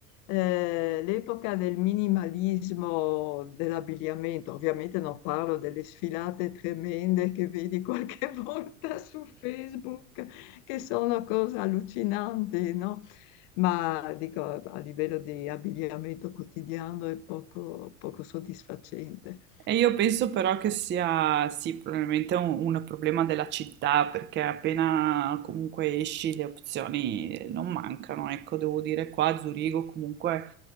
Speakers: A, on the left; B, on the right.
A: eh, l'epoca del minimalismo dell'abbigliamento. Ovviamente non parlo delle sfilate tremende che vedi qualche <laughs> volta su Facebook che sono cose allucinanti, no? Ma dico, a livello di abbigliamento quotidiano è poco, poco soddisfacente.
B: E io penso però che sia, sì, probabilmente un, un problema della città, perché appena comunque esci le opzioni non mancano. Ecco, devo dire qua a Zurigo comunque,